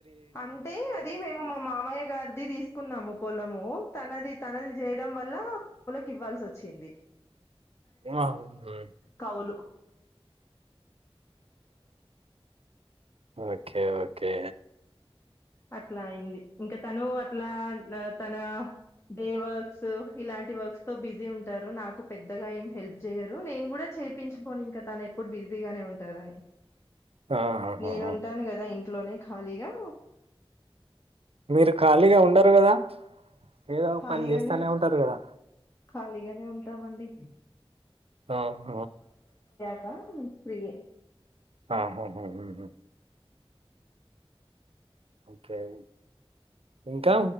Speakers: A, on the left; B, on the right.
A: అంటే అది మేము మా మామయ్య గారిది తీసుకున్నాము పొలము తనది తనది చేయడం వల్ల పూలకి ఇవ్వాల్సి వచ్చింది
B: ఇమా ఉ
A: కవులు.
B: ఓకే ఓకే
A: అట్లా అయింది ఇంకా తను అట్లా తన డే వర్క్స్ ఇలాంటి వర్క్స్ తో బిజీ ఉంటారు నాకు పెద్దగా ఏం హెల్ప్ చేయరు నేను కూడా చేపించుకోను ఇంకా తను ఎప్పుడు బిజీగానే ఉంటారని
B: ఆహాహా
A: నేనుంటాను కదా ఇన్ ఇంట్లోనే ఖాళీగా
B: మీరు ఖాళీగా ఉండార్ రు కదా ఏదో ఒక
A: కాలిగానే
B: పని చేస్తానే ఉంటారు కదా
A: కాలిగానే ఉంటమడి
B: ఆ హ
A: వహున్ ఫ్రీ ఏ
B: ఆహా హు హూ ఓకే ఉ ఇంకా